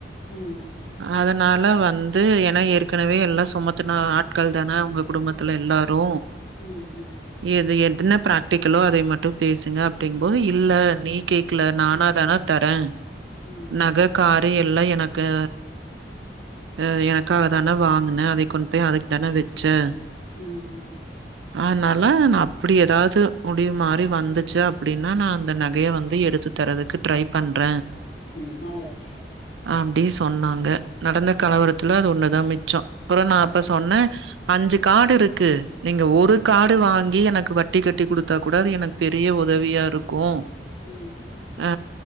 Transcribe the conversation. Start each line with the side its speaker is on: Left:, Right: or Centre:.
Left: ம் ம்
Right: அதனால வந்து ஏனா ஏற்கனவே எல்லா சுமத்துனா ஆட்கள் தானே வுங்க குடும்பத் த்ல எல்லாரு
Left: ம் ம்
Right: எது எத்னப் பிராக்டிக்கலோ அதை மட்டும் பேசுங்க அப்டிங்கம் போது இல்ல நீ கேக்கல நானா தானாக் தரே
Left: ம்
Right: நக காரு எல்லா எனக்கே அ எனக்காக தான வாங்கன அதை கொண் போய் அதுக்தானே வச்சே
Left: ம் ம்
Right: <inaudible> அதுனால நா அப்டி எதாது முடிவு மாரி வந்துச்சு அப்டினா நா அந்த நகைய வந்து எடுத்து தரதுக்கு ட்ரை பண்ற
Left: ம் நல்ல விஷ்யோ
Right: அப்டி சொன்னாங்க நடந்த
Left: ம்
Right: கலவரத்துல அது ஒண்ணுதா மிச்சோ அப்பறோ நா அப்ப
Left: சரி
Right: சொன்ன அஞ்சு காடு இருக்கு நீங்க ஒரு
Left: ம்
Right: கா டு வாங்கி எனக்கு வட்டி கட்டி குடுத்தா கூட அது எனக்கு பெரிய உதவியா இருக்கூ
Left: ம்
Right: ஆ